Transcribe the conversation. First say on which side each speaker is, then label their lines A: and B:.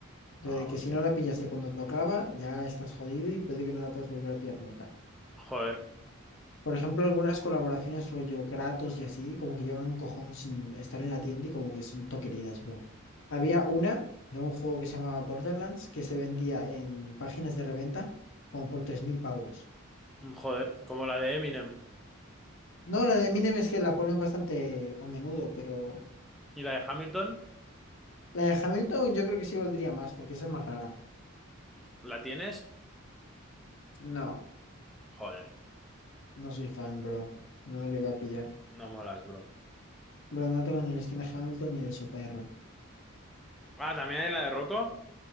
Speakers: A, on the left (about 60°); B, in the centre.
A: O
B: Ah,
A: sea, de que
B: hostia.
A: si no la pillaste cuando tocaba, ya estás jodido y puede que no la puedas volver a pillar nunca.
B: Joder,
A: Por ejemplo, algunas colaboraciones rollo Kratos y así, como que llevan un cojón sin estar en la tienda y como que son todo queridas, bro. Había una de un juego que se llamaba Borderlands que se vendía en páginas de reventa como por 3.000 pavos.
B: mm, joder. Como la de Eminem
A: No, la de Eminem es que la ponen bastante a menudo, pero
B: y la de Hamilton,
A: la de Hamilton yo creo que sí valdría más, porque esa es más rara.
B: ¿la tienes?
A: No,
B: Joder,
A: no soy fan, bro. No me la iba a pillar.
B: no molas, bro.
A: Bro, no tengo ni la skin de Hamilton ni de su perro.
B: Ah, también hay la de Rocco.